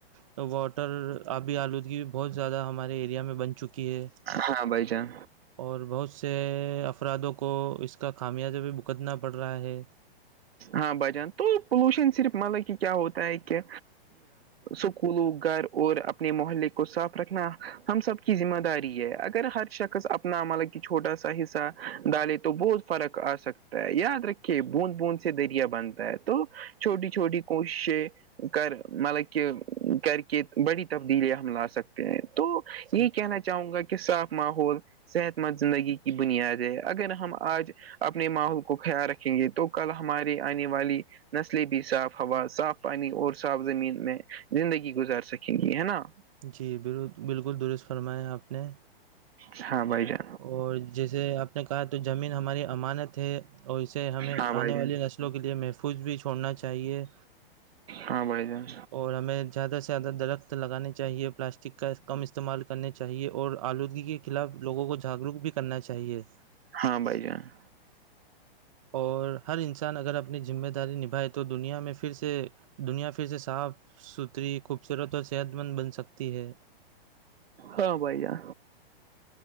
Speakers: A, on the right (about 35°); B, on the right (about 75°).
A: تو واٹر آبی آلودگی بہت زیادہ ہمارے ایریا میں بن چکی ہے
B: ہاں بائی چان
A: اور بہت سے افرادوں کو اس کا خامیازہ بھی بکتنا پڑ رہا ہے
B: ہاں بھجان تو پولوشن صرف مطلب کہ کیا ہوتا ہے کہ سکولوں گھر اور اپنے محلے کو صاف رکھنا ہم سب کی ذمہ داری ہے اگر ہر شخص اپنا عمل چھوٹا سا حصہ ڈالے تو بہت فرق آ سکتا ہے یا رکھے بوند بوند سے دریا بنتا ہے تو چھوٹی چھوٹی کوششیں کر مطلب کہ کر کے بڑی تبدیلی ہم لا سکتے ہیں تو
A: جی
B: یہی کہنا چاہوں گا کہ صاف ماحول صحت مند زندگی کی بنیاد ہے اگر ہم آج اپنے ماحول کو خیال رکھیں گے تو کل ہمارے آنے والی نسلیں بھی صاف ہوا صاف پانی اور صاف زمین میں زندگی گزار سکیں گی ہے نا
A: جی بالکل درست فرمایا آپ نے
B: س بائی دا
A: اور جیسے آپ نے کہا تو زمین ہماری امانت ہے اور اسے ہمیں
B: ہاں بھائی
A: آنے والی
B: جان
A: نس کے لیے محفوظ بھی چھوڑنا چاہیے
B: ہاں بھائی جان
A: اور ہمیں زیادہ سے زیادہ درخت لگانے چاہیے پلاسٹک کا کم استعمال کرنے چاہیے اور آلودگی کے خلاف لوگوں کو جاگروک بھی کرنا چاہیے
B: ہاں بھائی جان
A: اور ہر انسان اگر اپنی ذمہ داری نبھائے تو دنیا میں پھر سے دنیا پھر سے صاف ستھری خوبصورت اور صحت مند بن سکتی ہے
B: ہاں بائیا